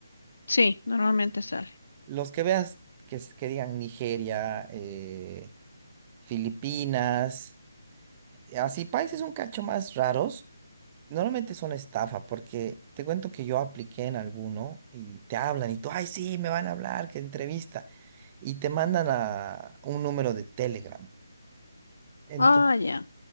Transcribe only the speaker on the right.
Los que veas que, s- que digan Nigeria, eh, Filipinas, eh, así países un cacho más raros, Normalmente es una estafa porque te cuento que yo apliqué en alguno y te hablan y tú, ay, sí, me van a hablar, que entrevista. Y te mandan a un número de Telegram. Entonces,